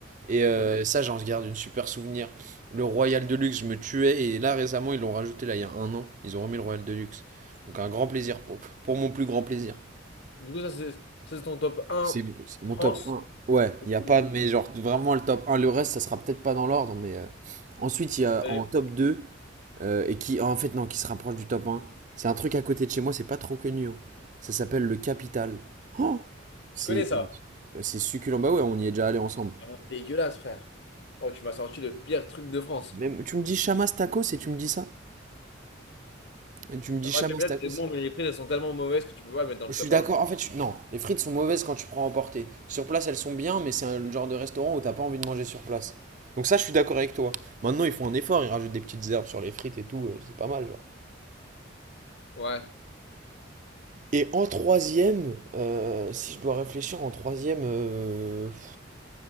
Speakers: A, on the right; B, on the left.
A: Et euh,
B: Ok.
A: ça, j'en garde une super souvenir. Le Royal Deluxe, je me tuais. Et là, récemment, ils l'ont rajouté, là, il y a un an. Ils ont remis le Royal Deluxe. Donc un grand plaisir pour, pour mon plus grand plaisir.
B: Du coup, ça, c'est ça, c'est ton top 1
A: C'est le- c'est mon
B: France.
A: top un Ouais, il n'y a pas,
B: Non.
A: mais genre vraiment le top un Le reste, ça sera peut-être pas dans l'ordre, mais euh, ensuite, il y a
B: Allez.
A: en top deux euh, et qui, en fait, non, qui se rapproche du top un C'est un truc à côté de chez moi, c'est pas trop connu. hein. Ça s'appelle le Capital. Oh, c'est
B: Je connais ça.
A: euh, c'est succulent. Bah ouais, on y est déjà allé ensemble.
B: C'est vraiment dégueulasse, frère. Oh, tu m'as sorti le pire truc de France.
A: Même, tu me dis Chamas Tacos et tu me dis ça? Et tu me dis
B: Ouais,
A: Chamas
B: Camelot,
A: Tacos?
B: c'est bon, mais les frites, elles sont tellement mauvaises que tu peux pas les mettre dans
A: Je
B: le top
A: suis d'accord.
B: 1.
A: En fait, je- non, les frites sont mauvaises quand tu prends à emporter. Sur place, elles sont bien, mais c'est un le genre de restaurant où t'as pas envie de manger sur place. Donc ça, je suis d'accord avec toi. Maintenant, ils font un effort, ils rajoutent des petites herbes sur les frites et tout, euh, c'est pas mal, genre.
B: Ouais.
A: Et en troisième, euh, si je dois réfléchir, en troisième, euh, pff,